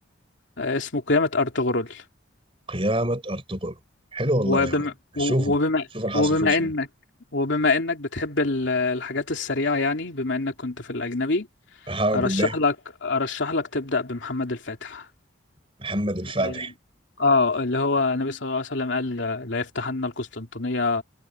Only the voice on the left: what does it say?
آه، اسمه قيامة أرطغرل
وبما
و-
وبما
وبما
انك وبما انك بتحب ال- الحاجات السريعة يعني بما انك كنت في الأجنبي
ارشح
لك ارشح لك تبدأ بمحمد الفاتح
اه آه، اللي هو النبي صلى الله عليه وسلم قال لا يفتحن القسطنطينية